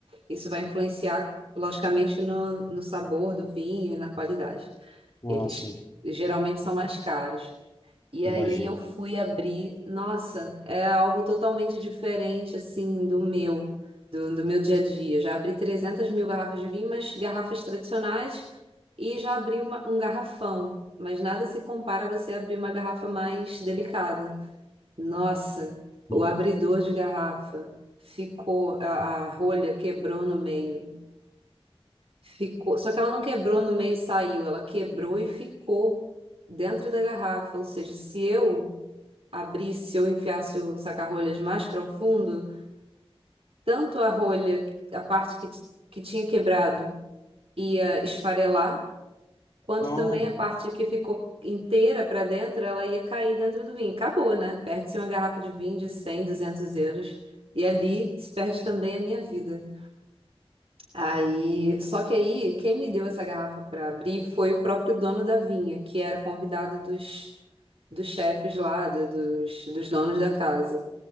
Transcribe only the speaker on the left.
Ah,
sim,
imagino.
Hum.
Não.